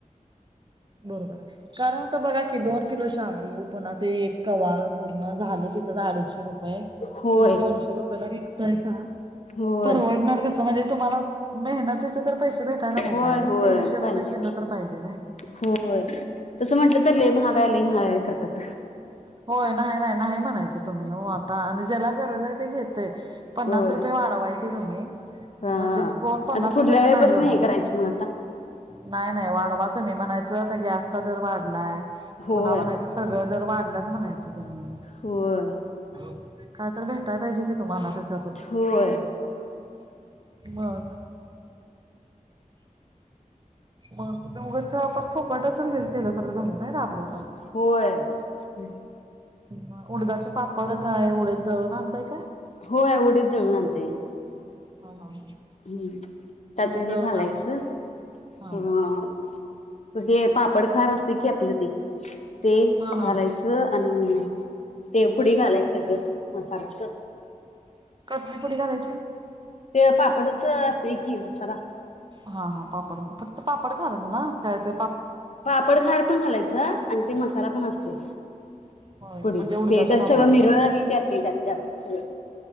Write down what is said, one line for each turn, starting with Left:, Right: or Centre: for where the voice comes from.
Right: बरोबर आहे कारण तर बघाय की दोन एक किलो शाबू पुन्हा ते एक कवाळ पूर्ण झाले तिथेच अडीचशे रुपये
Left: होय
Right: तुम्ही दोनशे रुपयला विकतायसा
Left: होय
Right: परवडणार कस म्हणजे तुम्हाला मेहनतीचे तर पैसे भेटाय नको
Left: होय
Right: काय एक
Left: होय
Right: तीनशे रुपये
Left: पाहिजे
Right: किलो
Left: की
Right: तर पाहिजे ना
Left: होय तसं म्हटलं तर लई महाग हाय लई महाग हाय खरतात
Right: होय नाही नाही नाही म्हणायच तुम्ही हो आता आणि ज्याला गरज आहे ते घे तय पन्नास
Left: होय
Right: रुपये वाढवायचं. हे तुम्ही
Left: हा
Right: म्हणजे कोण पन्नास
Left: आता पुढल्या
Right: रुपये कर
Left: वेळेपासन
Right: नाही एढ
Left: हे
Right: बघ
Left: करायचं
Right: आता
Left: मग
Right: नाही नाही वाढवा तुम्ही म्हणायचता गॅसचा दर वाढलाय
Left: होय
Right: पुन्हा म्हणायचं सगळं वाढल्यात म्हणायचं. काय
Left: होय
Right: तर भेटाय पाहिजे कि तुम्हाला तेच्यातून
Left: होय
Right: मगं मग हीत उगच काय आपण फूकटच तर हे केल्यासारखं झालं नाही ना राबल्यास.
Left: होय हुं, हुं
Right: म उडदाचे पापड काय उडीद दळून आणताय काय?
Left: होय उडीच दळून आणतोय.
Right: हा हा हा
Left: हम् त्यात
Right: उडीद
Left: हे
Right: दळून
Left: घालायचं
Right: आणून हा
Left: ह हे पापड खार असते की आपलं ते ते
Right: हा हा
Left: घालायचं आणि तेव पुुडी घालायच सगळं मसाल्याच
Right: कसली पुडी घालायची?
Left: ते पापडच असतय की मसाला.
Right: हा हा पापड फक्त <unintelligible> काय तर
Left: पापड खार पण घालायच आणि ते मसाला पण असतोय.
Right: होय
Left: पुढे
Right: म्हणजे उडदाच्या
Left: ते त्यात
Right: पापडाचा
Left: सगळं मिर हे ते असत जास्त जास्त सगळं.